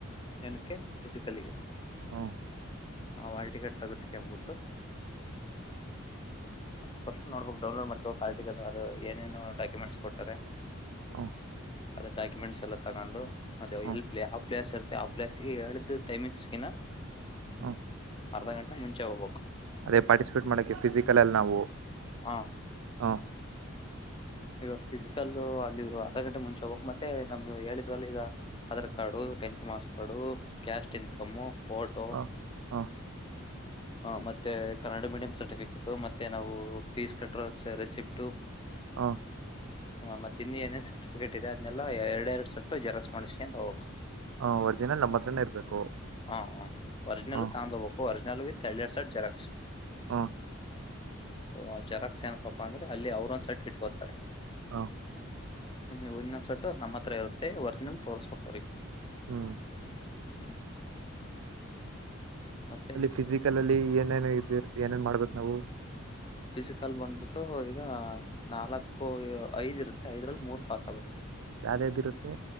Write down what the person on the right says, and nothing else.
ಹಾ
ಹ್ಮ
ಹ
ಹಾ
ಅದೇ ಪಾರ್ಟಿಸಿಪೇಟ್ ಮಾಡಕೆ ಫಿಸಿಕಲ್ ಅಲ್ಲಿ ನಾವು
ಹ
ಹ ಹ
ಹಾ
ಹ ಒರಿಜಿನಲ್ ನಮ್ಮ ಹತ್ರನೇ ಇರ್ಬೇಕು
ಹ
ಹಾ
ಹಾ
ಹ್ಮ್
ಅಲ್ಲಿ ಫಿಸಿಕಲ್ ಅಲ್ಲಿ ಏನೇನು ಇದ ಇರ್ ಏನೇನ್ ಮಾಡ್ಬೇಕು ನಾವು
ಯಾವ್ದ್ದ್ ಇರುತ್ತೆ